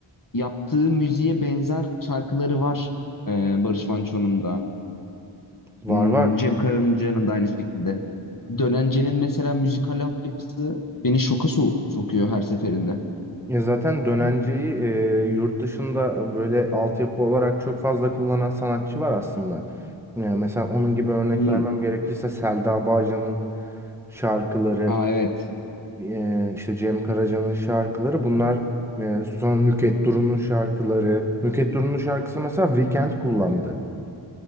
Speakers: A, on the left; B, in the centre.
A: yaptığı müziğe benzer şarkıları var e, Barış Manço'nun da.
B: var
A: Hmm,
B: var.
A: Cem Karaca'nın da aynı şekilde. Dönence'nin mesela müzikal altyapısı beni şoka so- sokuyor her seferinde.
B: Ya zaten dönenceyi e, yurt dışında böyle altyapı olarak çok fazla kullanan sanatçı var aslında. Ya mesela onun gibi örnek
A: Hmm.
B: vermem gerekirse Selda Bağcan'ın şarkıları,
A: Aa evet.
B: e, işte Cem Karaca'nın şarkıları bunlar e, sonra Nükhet Duru'nun şarkıları. Nükhet Duru'nun şarkısı mesela Weekend kullandı.